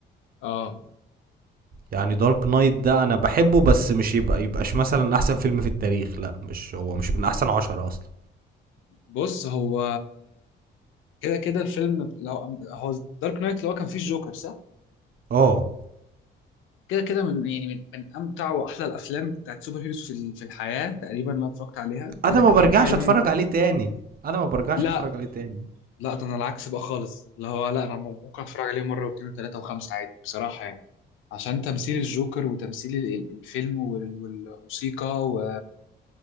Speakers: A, on the left; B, on the right.
A: اه
B: يعني دارك نايت ده انا بحبه بس مش يبقى يبقاش مثلا احسن فيلم في التاريخ لا مش هو مش من احسن عشرة اصلا
A: بص هو كده كده الفيلم لو- هو دارك نايت اللي هو كان فيه الجوكر صح
B: اه
A: كده كده من يعني من, من امتع واحلى الافلام بتاعت سوبر هيروز في ال- في الحياه تقريبا اللي أنا اتفرجت عليها كده
B: انا ما
A: ك- يعني
B: برجعش
A: فيلم
B: اتفرج عليه تاني انا ما برجعش
A: لا
B: اتفرج عليه تاني
A: لا ده انا العكس بقى خالص اللي هو لا انا ممكن اتفرج عليه مره واثنين وثلاثه وخمسه عادي بصراحه يعني عشان تمثيل الجوكر وتمثيل ال- ال- الفيلم وال- والموسيقى و...